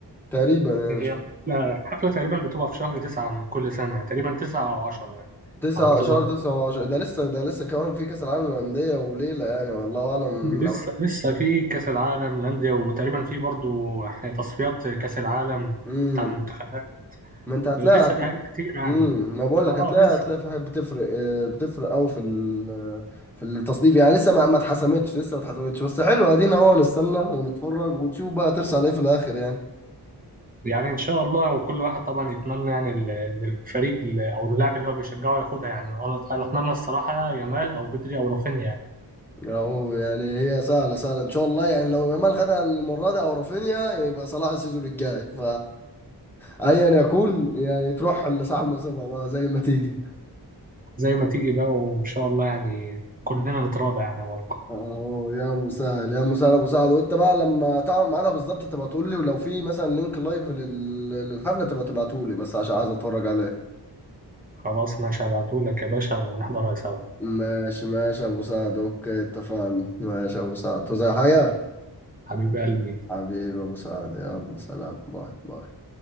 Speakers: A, in the centre; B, on the right (about 20°).
A: تقريبا يعني
B: هي
A: مش فاهم.
B: الحفله تقريبا بتبقى في شهر تسعة من كل سنه تقريبا تسعة او عشرة يعني
A: تسعة
B: على ما أتذكر.
A: شهر تسعة وعشرة ده لسه ده لسه كمان في كأس العالم للأندية وليلة يعني والله أعلم
B: لسه
A: لو
B: لسه في كأس العالم للأندية وتقريبا في برضو ح- تصفيات كأس العالم
A: امم
B: بتاع المنتخبات
A: ما انت هتلاقي
B: لسه
A: هت...
B: في حاجات كتير يعني
A: امم ما بقول لك
B: اه
A: هتلاقي
B: لسه
A: هتلاقي في حاجات بتفرق آه، بتفرق قوي في ال... في التصنيف يعني لسه ما ما اتحسمتش لسه ما اتحسمتش بس حلو ادينا اهو نستنى ونتفرج ونشوف بقى ترسى على ايه في الآخر يعني
B: يعني ان شاء الله وكل واحد طبعا يتمنى يعني ال- إن الفريق ال- او اللاعب اللي هو بيشجعه ياخدها يعني انا أنا اتمنى الصراحة يامال او بدري او رافينيا يعني
A: اهو يعني هي سهله سهله ان شاء الله يعني لو يامال خدها المره دي او رافينيا يبقى صلاح السيزون الجاي ف ايا يكون يعني تروح لصاحب نصيبها بقى زي ما تيجي
B: زي ما تيجي بقى وان شاء الله يعني كلنا نتراضى يعني يا ماركو
A: اهو يا ابو سهل يا ابو سهل ابو سعد وانت بقى لما تعرف ميعادها بالظبط تبقى تقول لي ولو في مثلا لينك لايف لل- للحفله تبقى تبعته لي بس عشان عايز اتفرج عليه
B: خلاص ماشي هبعتهولك يا باشا ونحضرها سوا
A: ماشي ماشي يا ابو سعد اوكي اتفقنا ماشي يا ابو سعد تو زي حاجه
B: حبيب قلبي
A: حبيبي يا ابو سعد يلا سلام باي باي